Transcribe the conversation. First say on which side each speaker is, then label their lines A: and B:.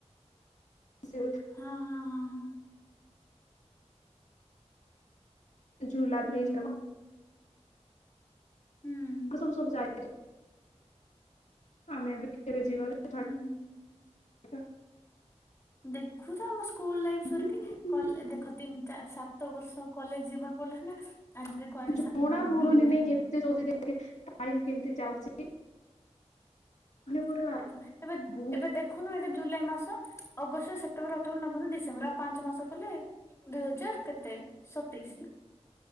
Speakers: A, on the left; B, on the left.
A: ସେ
B: ହଁ ହଁ ହଁ ହଁ
A: ଝୁଲା
B: ହୁଁ।
A: ବ୍ରିଜ
B: ହୁଁ
A: ସବୁ ସବୁ ଯାଇ ଆମେ ଏବେ ଯିବା <unintelligible>
B: ହୁଁ ଦେଖୁଛ ଆମ ସ୍କୁଲ ଲାଇଫ୍
A: ଯେ
B: ସରିକି କଲେ ଦେଖ ତିନି ସାତ ବର୍ଷ କଲେଜ ଜୀବନ ପଡ଼ିଲେ ସୁନା ଆଜି କୁଆଡେ
A: ଜଣା
B: ସା ବୁ
A: ପଡୁନି
B: ବୁଲି ଗୋଟେ
A: ନାଇ
B: ପା
A: କେତେ ଜଲଦି ଦେଖ ଟାଇମ କେମତି ଯାଉଛି। ମାନେ ପୁରା
B: ସେଇଟା ତ ଏବେ
A: ବହୁତ
B: ଏବେ ଦେଖୁନ ଏଟା ଜୁଲାଇ ମାସ ଅଗଷ୍ଟ ସେପ୍ଟେମ୍ବର ଅଠବର ନଭେବର ଡିସେମ୍ବର ଆଉ ପାଞ୍ଚ ମାସ କଲେ ଦୁଇ ହଜାର କେତେ ସତେଇଶି